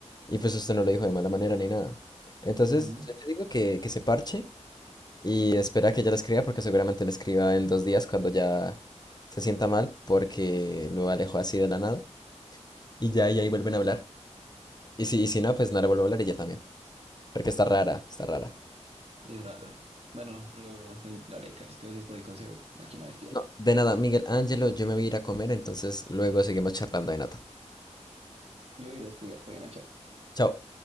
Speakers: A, on the left; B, on the right.
A: Y pues usted no lo dijo de mala manera ni nada. Entonces,
B: ujú,
A: yo yo digo que, que se parche y espera que ella le escriba porque seguramente le escriba en dos días cuando ya se sienta mal porque lo alejó así de la nada y ya y ahí vuelven a hablar. Y si, y si no, pues no le vuelvo a hablar ella también, porque está rara, está rara.
B: Es raro. Bueno, lo, lo haré, Carlos. Gracias por el consejo, máquina bestia.
A: No, de nada, Miguel Ángelo, yo me voy a ir a comer, entonces luego seguimos charlando de nata.
B: Yo iré a estudiar, todavía no, chao.
A: Chao.